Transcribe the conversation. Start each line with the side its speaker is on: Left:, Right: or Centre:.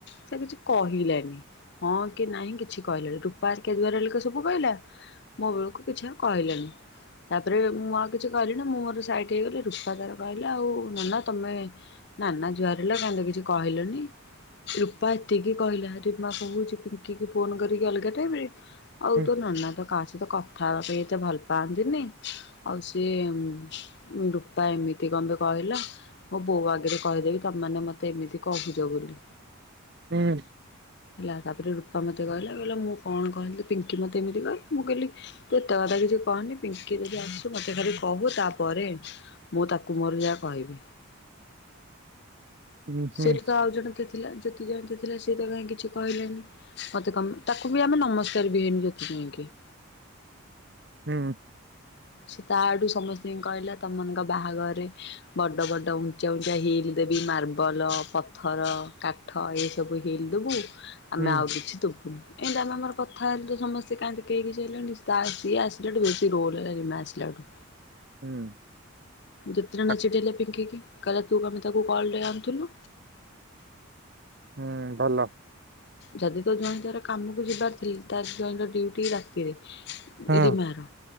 Left: ସେ ଆଉ କିଛି କହି ଲାନୀ। ହଁ କି ନାହିଁ କିଛି କହିଲେନି ରୂପା ଘରିକା ଜୁହାର ବେଳକୁ ସବୁ କହିଲା ମୋ ବେଳକୁ କିଛି ଆଉ କହିଲେନି। ତାପରେ ମୁଁ ଆ କିଛି କହିଲିନୀ ମୁଁ ମୋର ସାଇଟ ହେଇଗଲି ରୂପା ତାର କହିଲା ଆଉ ନାନା ତମେ ନାନା ଜୁହର ହେଲା କାଇଁ। ତ କିଛି କହିଲନି। ରୂପା ଏତିକି କହିଲା ରୀମା କହୁଛି ପିଙ୍କିି କି ଫୋନ କରିକି ଅଲଗା ଟାଇମ ରେ। ଆଉ
Right: ହୁଁ
Left: ତୋ ନନା ତ କାହା ସହିତ କଥା ହେବା ପାଇଁ ଏତେ ଭଲ ପାଆନ୍ତିନି ଆଉ ସେ। ସିଏ ରୂପା ଏମିତି କଣ ବେ କହିଲା। ମୋ ବୋଉ ଆଗରେ କହିଦେବି ତମେ ମାନେ ମତେ ଏମିତି କହିଛ ବୋଲି।
Right: ହୁଁ।
Left: ହେଲା ତାପରେ ରୂପା ମତେ କହିଲା କହିଲା ମୁଁ କଣ କହିଲି ପିଙ୍କି ମତେ ଏମିତି କହିଲା ମୁଁ କହିଲି ତୁ ଏତେ କଥା କିଛି। କହନି ପିଙ୍କ ଦିଦି ଆସୁ। ମତେ ଖାଲି କହୁ ତାପରେ ମୁଁ ତାକୁ ମୋର ଯାହା କହିବି।
Right: ହୁଁ ହୁଁ
Left: ସେଟି ତ ଆଉ ଜଣେ ତ ଥିଲା ଜ୍ୟୋତି ଯଇଁ ତ ଥିଲା। ସେ ତ କାହିଁ କିଛି କହି ଲେନି ମତେ କମ ତାକୁ ବି ଆମେ ନମସ୍କାର ବି ହେଇନୁ ଯୋତି ଜଇଁ କି। ହଁ
Right: ହୁଁ।
Left: ସେ ତା ଆଡୁ ସମସ୍ତିଙ୍କି କହିଲା ତମ ମାନଙ୍କ ବାହାଘର ରେ ବଡ ବଡ ଉଞ୍ଚା ଉଞ୍ଚା ହିଲ୍। ଦେବି ମାର୍ବଲ ପଥର କାଠ ଏସବୁ ହିଲ୍ ଦବୁ।
Right: ହୁଁ
Left: ଆମେ ଆଉ କିଛି ଦୁଖୁନି ଏତି ଆମେ ଆମର କଥା ହେଲୁ ସମସ୍ତେ କାହିଁ ତ କେହି କିଛି ହେଲେନି ତା ସିଏ ଆସିଲା ଠୁ ବେଶୀ ରୋଲ ହେଲା ରିନା ଆସିଲାଠୁ।
Right: ହୁଁ
Left: ଯେତେ ଜଣ
Right: ଆ
Left: ଚିଡେଇଲେ ପିଙ୍କିକି। କହିଲେ ତୁ କଣପାଇଁ ତାକୁ କଲରେ ଆଣୁଥିଲୁ।
Right: ହୁଁ ଭଲ।
Left: ଯଦି ତୋ ଜ୍ୱାଇଁ ପୁଅର କାମକୁ ଯିବାର ଥିଲ ତା ଜ୍ୱାଇଁର ଡ୍ୟୁଟି ରାତିରେ।
Right: ହଁ
Left: ଇରେ ମା ର